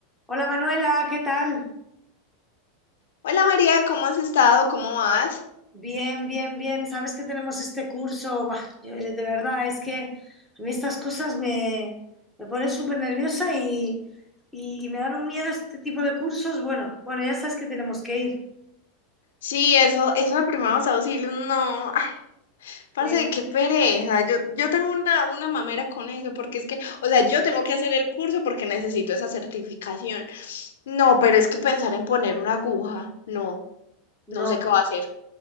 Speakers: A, in the centre; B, on the left.
A: Hola Manuela, ¿qué tal?
B: Hola María, ¿cómo has estado? ¿Cómo vas?
A: Bien, bien, bien. Sabes que tenemos este curso. Buah, yo, eh, de verdad, es que a mí estas cosas me, me ponen súper nerviosa y, y- y me dan un miedo este tipo de cursos. Bueno, bueno, ya sabes que tenemos que ir.
B: Sí, eso, eso de primeros auxilios, no, ay, parce,
A: Sí.
B: qué pereza. Yo, yo tengo una, una mamera con eso, porque es que, o sea, yo tengo que hacer el curso porque necesito esa certificación. No, pero es que pensar en poner una aguja, no,
A: No.
B: no sé qué va a hacer.